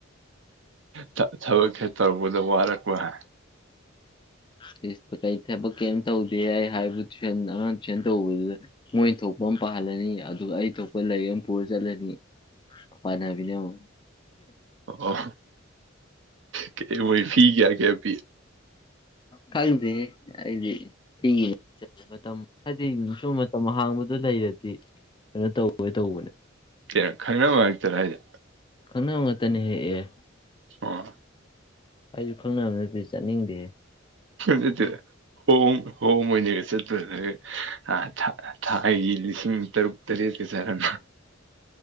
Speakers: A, on the right; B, on the left.
A: ꯊ ꯊꯕꯛꯁꯦ ꯇꯧꯔꯛꯄꯗ ꯋꯥꯔꯛꯄ ꯍꯥ
B: <unintelligible> ꯊꯕꯛ ꯀꯩꯝ ꯇꯧꯗꯦ ꯑꯩ ꯍꯥꯏꯕꯨ ꯇꯨꯏꯁꯟ ꯑꯉꯥꯡ ꯇꯨꯏꯁꯟ ꯇꯧꯕꯗꯨꯗꯅꯦ ꯃꯣꯏꯟ ꯊꯣꯛꯄ ꯄꯥꯍꯜꯂꯅꯤ ꯑꯗꯨꯒ ꯑꯩ ꯊꯣꯛꯄ ꯂꯥꯏꯔꯤꯛ ꯑꯃ ꯄꯨꯔ ꯆꯠꯂꯅꯤ ꯄꯥꯅꯕꯤꯅꯦ ꯑꯃꯨꯛ
A: ꯑꯣ ꯀꯩ ꯃꯣꯏ ꯐꯤ ꯀꯌꯥ ꯀꯌꯥ ꯄꯤ
B: ꯈꯪꯗꯦꯍꯦ ꯑꯩꯗꯤ ꯐꯤ <unintelligible> ꯃꯇꯝ ꯍꯥꯏꯗꯤ ꯁꯨꯝ ꯃꯇꯝ ꯑꯍꯥꯡꯕꯗꯣ ꯂꯩꯔꯗꯤ ꯀꯩꯅꯣ ꯇꯧꯋꯦ ꯇꯧꯕꯅꯦ
A: ꯑꯦ ꯈꯪꯅꯕ ꯉꯥꯛꯇꯔ ꯍꯥꯏꯖꯦ
B: ꯈꯪꯅ ꯉꯥꯛꯇꯅꯦꯍꯦ ꯑꯦ
A: ꯑꯣ
B: ꯑꯩꯖꯨ ꯈꯪꯅꯕ ꯅꯠꯇꯗꯤ ꯆꯠꯅꯤꯡꯗꯦꯍꯦ
A: ꯅꯠꯇꯦꯗ ꯍꯣꯝ ꯍꯣꯝ ꯑꯣꯏꯅꯒ ꯆꯠꯇꯣꯏꯔꯒ ꯑꯥ ꯊ ꯊꯥꯏꯒꯤ ꯂꯤꯁꯤꯡ ꯇꯔꯨꯛ ꯇꯔꯦꯠꯀ <unintelligible>